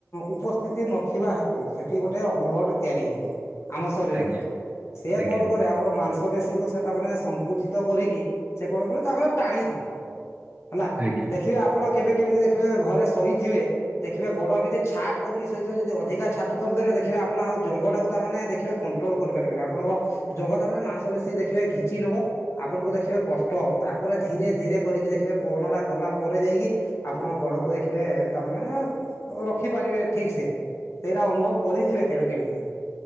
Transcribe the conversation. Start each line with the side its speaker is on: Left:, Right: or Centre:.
Left: ଉପସ୍ଥିତି ନ ନଥିବା ହେତୁ ସେଠି ଗୋଟେ ଅମ୍ଳଟେ ତିଆରି ହେଇଯାଏ ଆମ ଶରୀରରେ।
Right: ଆଜ୍ଞା।
Left: ସେ
Right: ଆଜ୍ଞା
Left: କଣ କରେ ଆମର ମାଂସ ପେଶିକୁ ସେ ତାମାନେ ସଙ୍କୁଚିତ କରିକି ସେ କଣ କରେ ତା ଟାଣି ଦିଏ। ହେଲା
Right: ଆଜ୍ଞା
Left: ଦେଖିବେ ଆପଣ କେବେ କେମିତି ଦେଖିବେ ଘରେ ଶୋଇଥିବେ ଦେଖିବେ ଗୋଡ ଏମିତି ଛାଟ କରିକି ଶୋଇଥିବ ଯଦି ଅଧିକା ଛାଟ କରିଦେଲେ ଦେଖିବେ ଆପଣ ଆଉ ଜଙ୍ଘଟାକୁ ତାମାନେ ଦେଖିବେ କଣ୍ଟ୍ରୋଲ କରିପାରେନି ଆପଣଙ୍କର ଜଙ୍ଘ ତା ମାନେ ମାଂସ ବେଶୀ ଦେଖିବେ ଘିଚିନବ। ଆପଣଙ୍କୁ ଦେଖିବେ କଷ୍ଟ ହବ ତାପରେ ଧୀରେ ଧୀରେ କରିକି ଦେଖିବେ ପବନ ଟା ଗଲା ପରେ ଯାଇକି ଆପଣଙ୍କ ଗୋଡକୁ ଦେଖିବେ ତା <unintelligible> ରଖିପାରିବେ ଠିକ ସେ ସେଇଟା ଅନୁଭବ କରିଥିବେ କେବେ କେବେ।